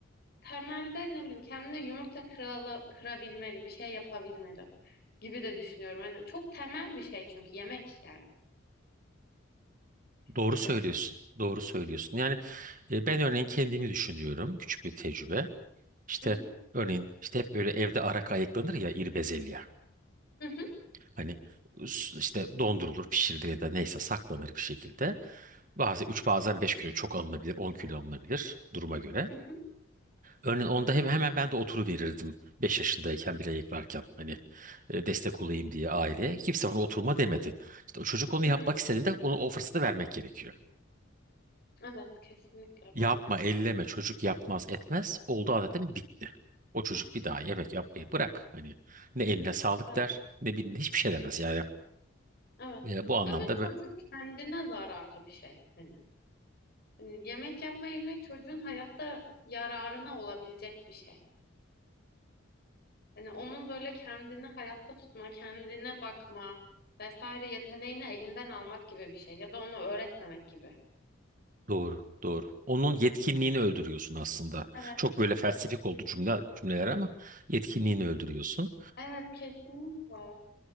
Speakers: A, on the left; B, on the right.
A: temelde ne bileyim kendine yumurta kırala, kırabilmeli bir şey yapabilmeli gibi de düşünüyorum. Hani çok temel bir şey çünkü yemek yani
B: Doğru
A: gibi.
B: söylüyorsun. Doğru söylüyorsun. Yani e, ben örneğin kendimi düşünüyorum. Küçük bir tecrübe. İşte
A: <laughs>
B: örneğin işte hep böyle evde arak ayıklanır ya iri bezelye.
A: Hı hı,
B: Hani s- işte dondurulur, pişirilir ya da neyse saklanır bir şekilde. Bazen 3, bazen 5 kilo çok alınabilir, 10 kilo alınabilir duruma göre.
A: hı hı,
B: Örneğin onda hemen, hemen ben de oturuverirdim 5 yaşındayken bile ayıklarken. Hani e, destek olayım diye aileye. Kimse bana oturma demedi. İşte o çocuk onu
A: hı
B: yapmak
A: hı.
B: istediğinde onu o fırsatı vermek gerekiyor.
A: Evet kesinlikle
B: Yapma,
A: ben de.
B: elleme, çocuk yapmaz etmez. Oldu zaten bitti. O çocuk bir daha yemek yapmayı bırak. Hani ne eline sağlık
A: Evet,
B: der, ne bilin hiçbir şey demez yani.
A: evet.
B: E, bu anlamda
A: Ve böyle
B: be.
A: çocuk kendine zararlı bir şey. Hani, hani yemek yapma yemek çocuğun hayatta yararına olabilecek bir şey. Hani onun böyle kendini hayatta tutma, kendine bakma vesaire yeteneğini elinden almak gibi bir şey ya da onu öğretmemek gibi.
B: Doğru, doğru. Onun yetkinliğini öldürüyorsun aslında.
A: Evet,
B: Çok böyle felsefik
A: evet.
B: oldu cümle cümleler ama yetkinliğini öldürüyorsun.
A: Evet, kesinlikle.